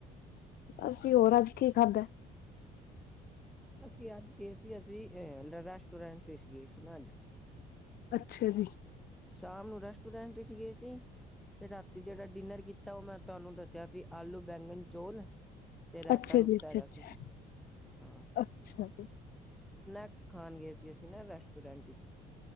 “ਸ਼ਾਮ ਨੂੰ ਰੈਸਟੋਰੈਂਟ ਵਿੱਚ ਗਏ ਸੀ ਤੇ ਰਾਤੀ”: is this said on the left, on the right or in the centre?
Centre